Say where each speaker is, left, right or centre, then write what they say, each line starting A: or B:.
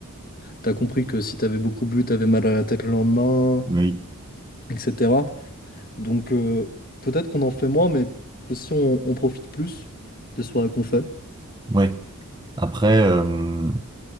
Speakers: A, on the left (about 40°); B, on the right (about 20°).
A: t'as compris que si t'avais beaucoup bu, t'avais mal à la tête le lendemain,
B: Oui.
A: etc. Donc euh, peut-être qu'on en fait moins, mais aussi on, on profite plus des soirées qu'on fait,
B: Ouais. Après, euh,